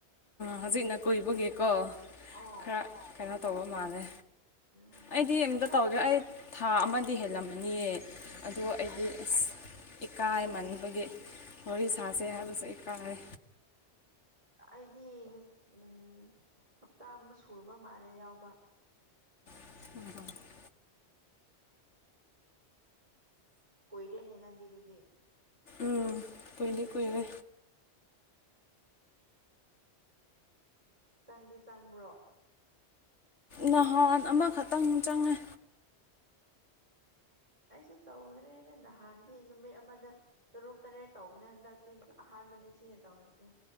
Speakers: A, on the left; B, on the right.
A: ꯍꯧꯖꯤꯛꯅ ꯀꯨꯏꯕꯒꯤꯀꯣ
B: ꯑꯣ
A: ꯈꯔ ꯀꯩꯅꯣ ꯇꯧꯕ ꯃꯥꯜꯂꯦ
B: ꯎꯝ
A: ꯑꯩꯗꯤ ꯑꯝꯇ
B: ꯑꯩ ꯇꯧ
A: ꯇꯧꯗꯦ ꯑꯩ ꯊꯥ ꯑꯃꯗꯤ ꯍꯦꯜꯂꯝꯃꯅꯤꯌꯦ ꯑꯗꯣ ꯑꯩꯗꯤ
B: ꯑꯁ
A: ꯑ ꯏꯀꯥꯏꯃꯟꯕꯒꯤ ꯋꯥꯔꯤꯣ ꯁꯥꯁꯦ ꯍꯥꯏꯕꯁꯨ ꯏꯀꯥꯏ
B: ꯑꯩꯗꯤ ꯎꯝ ꯍꯞꯇꯥ ꯑꯃ ꯁꯨꯔꯕ ꯃꯥꯜꯂꯦ ꯌꯥꯎꯕ
A: ꯎ
B: ꯀꯣꯏꯔ ꯅꯅꯥꯗꯤꯗꯨꯗꯤ
A: ꯎꯝ ꯀꯣꯏꯅ ꯀꯨꯏꯔꯦ
B: ꯆꯪꯗꯤ ꯆꯪꯕ꯭ꯔꯣ
A: ꯅꯍꯥꯟ ꯑꯃꯈꯛꯇꯪ ꯆꯪꯉꯦ
B: ꯑꯩꯁꯨ ꯇꯧꯗ꯭ꯔꯦꯗ ꯅꯍꯥꯟꯁꯤ ꯅꯨꯃꯤꯠ ꯑꯃꯗ ꯇꯔꯨꯛ ꯇꯔꯦꯠ ꯇꯧꯕꯅꯦ ꯍꯟꯗꯛꯇꯤ ꯑꯥꯟꯕ ꯑꯥꯟꯕꯅꯦ ꯁꯤꯅ ꯇꯧꯔꯤꯁꯦ